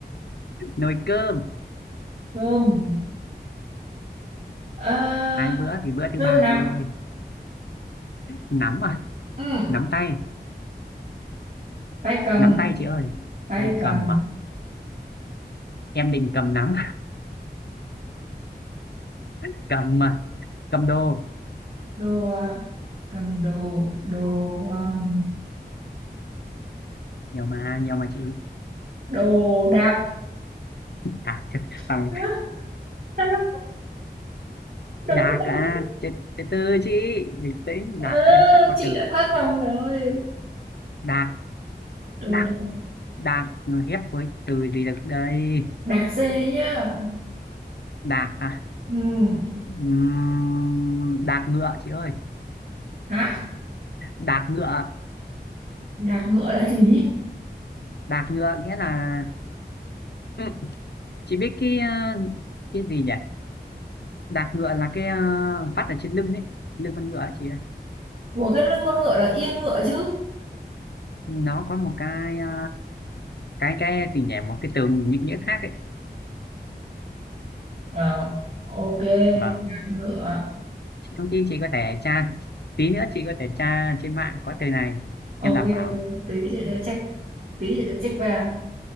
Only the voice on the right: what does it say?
cơm à,
cơm
nắm
ừ.
tay cầm
tay
cầm
đồ à, cầm đồ đồ à,
đồ đạc
<laughs>
Hả? đúng
rồi
đúng.
Ờ,
chị
đã thoát vòng rồi
từ
đ-
đạc dê nhá
ừ.
hả
đạc ngựa là gì
của cái lưng con ngựa là yên ngựa chứ
ờ ok
đạc ngựa
ok
ok tí chị sẽ check tí chị sẽ check ba